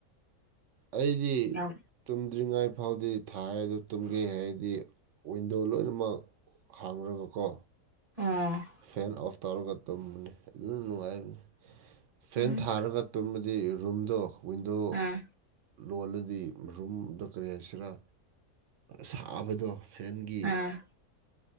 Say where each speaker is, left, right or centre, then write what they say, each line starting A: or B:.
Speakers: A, on the right (about 65°); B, on the right (about 30°).
A: ꯑꯩꯗꯤ
B: ꯌꯥꯝ
A: ꯇꯨꯝꯗ꯭ꯔꯤꯉꯩ ꯐꯥꯎꯗꯤ ꯊꯥꯏꯌꯦ ꯑꯗꯨ ꯇꯨꯝꯒꯦ ꯍꯥꯏꯔꯗꯤ ꯋꯤꯟꯗꯣ ꯂꯣꯏꯅꯃꯛ ꯍꯥꯡꯔꯀ ꯀꯣ
B: ꯑꯣ
A: ꯐꯦꯟ ꯑꯣꯐ ꯇꯧꯔꯒ ꯇꯨꯝꯕꯅꯤ ꯑꯗꯨꯝ ꯅꯨꯡꯉꯥꯏꯕꯅꯤ ꯐꯦꯟ
B: ꯎꯝ
A: ꯊꯥꯔꯒ ꯇꯨꯝꯕꯗꯤ ꯔꯨꯝꯗꯣ ꯋꯤꯟꯗꯣ
B: ꯎꯝ
A: ꯂꯣꯜꯂꯗꯤ ꯔꯨꯝꯗꯣ ꯀꯔꯤ ꯍꯥꯏꯁꯤꯔꯥ ꯁꯥꯕꯗꯣ ꯐꯦꯟꯒꯤ
B: ꯎꯝ